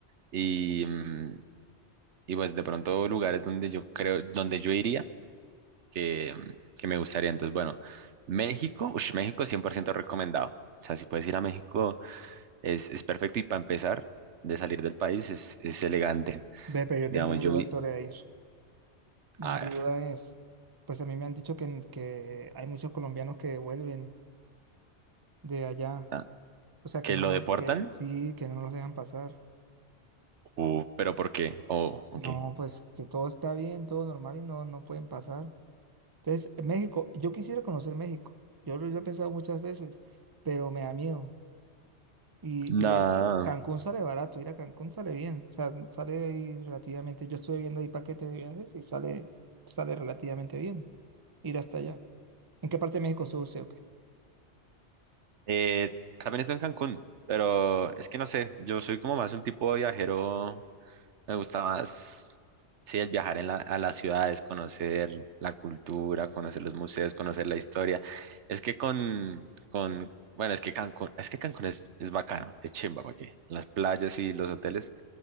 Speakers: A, on the right; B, on the right.
A: y, mm, y pues de pronto lugares donde yo creo, donde yo iría, que, mm, que me gustaría. Entonces, bueno, México, ush, México 100% recomendado. O sea, si puedes ir a México, es, es perfecto y para empezar, de salir del país es, es elegante.
B: Ve, pero yo
A: Digamos,
B: tengo una
A: yo
B: duda
A: vi,
B: sobre ir. Mi
A: a ver,
B: duda es, pues a mí me han dicho que, en- que hay muchos colombianos que vuelven de allá,
A: ah,
B: o sea,
A: que
B: que no,
A: lo deportan,
B: que sí, que no los dejan pasar.
A: Uh, pero ¿por qué? Oh, ok.
B: No, pues que todo está bien, todo normal y no, no pueden pasar. Entonces, México, yo quisiera conocer México. Yo lo, lo he pensado muchas veces, pero me da miedo. Y,
A: Nada.
B: y de hecho, Cancún sale barato, ir a Cancún sale bien. O sea, sale ahí relativamente. Yo estuve viendo ahí paquetes de viajes y sale, sale relativamente bien ir hasta allá. ¿En qué parte de México estuvo usted o qué?
A: Eh, también estoy en Cancún, pero es que no sé, yo soy como más un tipo de viajero Me gusta más, sí, el viajar en la- a las ciudades, conocer la cultura, conocer los museos, conocer la historia. Es que con, con, bueno, es que Cancún, es que Cancún es, es bacano, es chimba, ¿para qué? Las playas y los hoteles